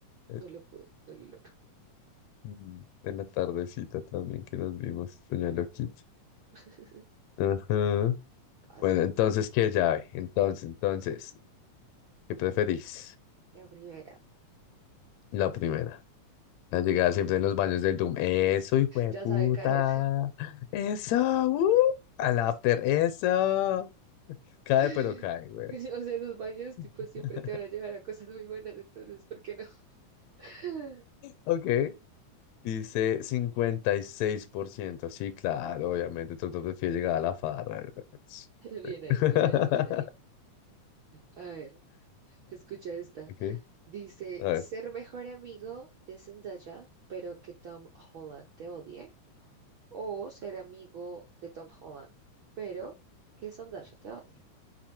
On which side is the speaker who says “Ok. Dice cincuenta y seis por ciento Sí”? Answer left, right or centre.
Left